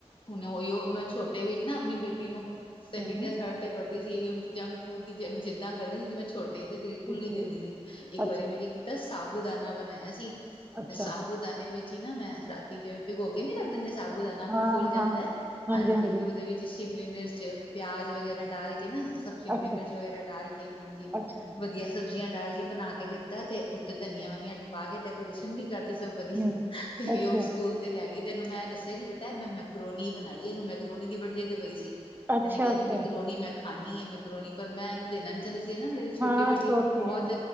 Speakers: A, on the left; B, on the right.
A: ਹੁਣ ਔਯੀਔ, ਮੈਂ ਛੋਟੇ ਵੀ ਨਾ ਆਪਣੀ ਬੇਟੀ ਨੂੰ ਸੈਕਿੰਡ
B: ਹੂੰ,
A: ਜਾਂ ਥਰਡ ਤੇ ਪੜ੍ਹਦੀ ਸੀ, ਜੰਕ ਫੂਡ ਦੀ ਜੰ ਜਿੱਦਾਂ ਕਰਦੀ ਸੀ ਮੈਂ ਛੋਟੀ ਤੇ ਬਿਲਕੁਲ ਨੀ
B: ਜੀ
A: ਦਿੰਦੀ ਸੀ, ਇੱਕ
B: ਅੱਛਾ।
A: ਵਾਰੀ ਮੈਂ ਕੀ ਕੀਤਾ ਸਾਬੂ ਦਾਨਾ ਬਨਾਇਆ ਸੀ
B: ਅੱਛਾ,
A: ਤੇ ਸਾਬੂਦਾਨੇ ਵਿੱਚ ਈ ਨਾ, ਮੈਂ ਰਾਤੀ ਜਿਵੇਂ ਪਿਗੋ ਕੇ ਨੀ ਰੱਖ ਦਿੰਦੇ ਸਾਬੂਦਾਨਾ ਫਿਰ
B: ਹਾਂ-ਹਾਂ,
A: ਫੁੱਲ ਜਾਂਦਾ ਏ,
B: ਹਾਂਜੀ-ਹਾਂਜੀ,
A: ਹਾਂਜੀ ਫਿਰ ਉੱਦੇ ਵਿੱਚ ਸ਼ਿਮਲੀ ਮਿਰਚ ਪਿਆਜ ਵਗੈਰਾ ਡਾਲ ਨਾ ਸਭ ਸ਼ਿਮਲੀ
B: ਅੱਛਾ,
A: ਮਿਰਚ ਵਗੈਰਾ ਡਾਲ ਕੇ, ਹਾਂਜੀ
B: ਅੱਛਾ,
A: ਵਧੀਆ ਸਬਜ਼ੀਆਂ ਡਾਲ ਕੇ ਬਣਾ ਕੇ ਦਿੱਤਾ ਤੇ ਉੱਤੇ ਧਨੀਆ- ਵਨੀਆ ਪਾ ਕੇ ਡੈਕੋਰੇਸ਼ਨ ਵੀ - ਕਰਤੀ ਸਭ ਵਧੀ
B: ਹੂੰ,
A: ਤੇ
B: ਅੱਛਾ,
A: ਉਹ ਸਕੂਲ ਤੇ ਲੈ ਗਈ । ਤੇ ਏਹਨੂੰ ਮੈ ਦੱਸਿਆ ਕਿ ਬੇਟਾ ਮੈ ਮੈਕਰੋਨੀ ਬਣਾਈ ਐ। ਇਹਨੂੰ ਮੈਕਰੋਨੀ ਦੀ ਬੜ ਜਿਦ ਪਈ ਸੀ
B: ਅੱਛਾ-ਅੱਛਾ,
A: ਇਹਨੇ ਕਿਹਾ ਕਿ ਮੈ ਮਕਰੋਣੀ ਮੈ ਖਾਣੀ ਹੈ ਮੈਕਰੋਣੀ ਪਰ ਮੈ ਇਹਨੂੰ ਦੇਣਾ ਨੀ ਚਾਹੁੰਦੀ ਸੀ। ਨਾ ਮੇਰੀ ਛੋਟੀ
B: ਹਾਂ
A: ਬੇਟੀ
B: ਛੋਟੀ
A: ਬਹੁਤ,
B: ਹੈ,